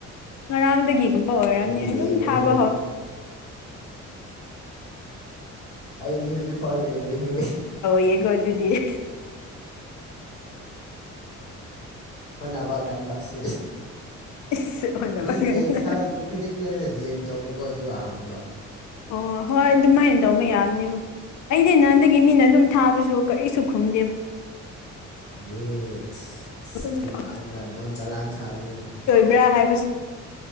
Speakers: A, on the left; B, on the left.
A: ꯉꯔꯥꯡꯗꯒꯤꯒꯨꯝꯕ ꯑꯣꯏꯔꯝꯅꯤ
B: ꯑꯩꯗꯤ
A: ꯑꯗꯨꯝ
B: ꯂꯦꯝꯔꯤꯍꯦ
A: ꯊꯥꯕ ꯍꯧ
B: ꯑꯩꯗꯤ ꯍꯧꯖꯤꯛ ꯐꯥꯎ ꯂꯦꯝꯃꯤꯍꯦ
A: ꯌꯦꯒꯣ ꯑꯗꯨꯗꯤ
B: ꯍꯣꯠꯅꯕ ꯀꯟꯕ ꯑꯁꯤ
A: ꯏꯁ ꯍꯣꯠꯅꯕ
B: ꯃꯤ
A: ꯀꯟꯅ
B: ꯇꯦꯛꯁ ꯊꯥꯔꯛꯄ ꯈꯨꯗꯤꯡꯗ ꯑꯩꯅ ꯗꯤ ꯑꯦꯝ ꯇꯧꯕꯀꯣ ꯑꯗꯨꯒ ꯍꯪꯕ
A: ꯑꯣ ꯍꯣꯏ ꯑꯗꯨꯃꯥꯏꯅ ꯇꯧꯕ ꯌꯥꯕꯅꯦꯕ ꯑꯩꯗꯤ ꯅꯍꯥꯟꯗꯒꯤ ꯃꯤꯅ ꯑꯗꯨꯝ ꯊꯥꯕꯁꯨ ꯀꯔꯤꯁꯨ ꯈꯨꯝꯗꯦ
B: ꯒꯨꯠ
A: ꯑꯗꯨꯝ
B: ꯗꯤꯃꯥꯟꯗ
A: ꯈꯪ
B: ꯅꯣꯟ ꯆꯂꯥꯟ ꯁꯥꯕꯅꯤꯅ
A: ꯕꯦꯔꯥ ꯍꯥꯏꯕꯁꯨ